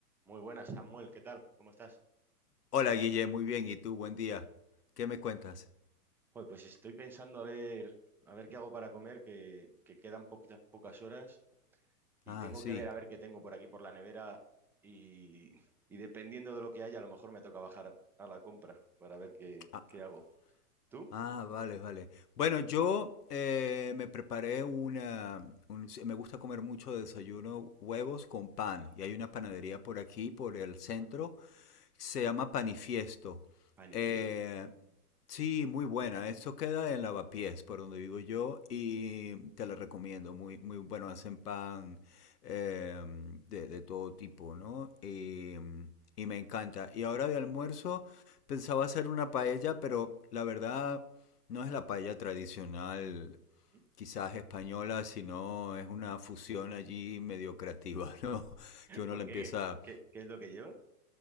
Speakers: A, in the centre; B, on the left (about 80°).
A: Muy buenas, Samuel, ¿qué tal? ¿Cómo estás?
B: Hola Guille, muy bien. ¿Y tú? Buen día. ¿Qué me cuentas?
A: Joder, pues estoy pensando a ver, a ver qué hago para comer, que, que quedan poquitas, pocas horas y
B: Ah,
A: tengo
B: sí.
A: que ver a ver qué tengo por aquí por la nevera y, y dependiendo de lo que haya, a lo mejor me toca bajar a la compra para ver qué,
B: Ah,
A: qué hago. ¿Tú?
B: ah, vale, vale. Bueno, yo eh, me preparé una... un- sí, me gusta comer mucho de desayuno huevos con pan. Y hay una panadería por aquí, por el centro,
A: Anda,
B: se llama Panifiesto.
A: panifiesto.
B: Eh, sí, muy buena. Esto queda en Lavapiés, por donde vivo yo, y te
A: ¿Mm?
B: la recomiendo. Muy, muy bueno, hacen pan eh, de, de todo tipo, ¿no? Y, y me encanta. Y ahora de almuerzo pensaba hacer una paella, pero la verdad no es la paella tradicional
A: ¿Mm?
B: quizás española, sino es una fusión allí medio creativa, ¿no? <laughs> Que uno
A: ¿Por
B: le empieza
A: qué? ¿Qué, qué- qué es lo que lleva?